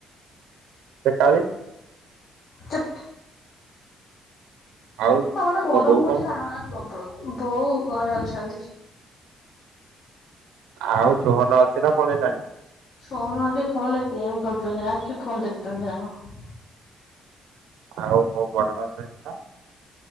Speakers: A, on the right; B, on the left.
A: ସେକାଳି
B: ଚୁପ୍
A: ଆଉ
B: ଗଟେ ଗରମ
A: ମୋ ବୋଉ
B: ହଉଛି
A: କଣ
B: ସନ୍
A: କରୁ
B: ସବୁଳ ବୋଉ ଘରେ ଅଛନ୍ତି।
A: ଆଉ ସୋହନ ଅଛି ନା ପଳେଇଲାଣି।
B: ଶୋହନ ଟିକେ ଫୋନ ଗେମ୍ ଖେଳୁଛନ୍ତି ନା କି ଫୋନ୍ ଦେଖୁଛନ୍ତି ନା କଣ।
A: ଆଉ କୋଉ ବଡ ହାରା <unintelligible>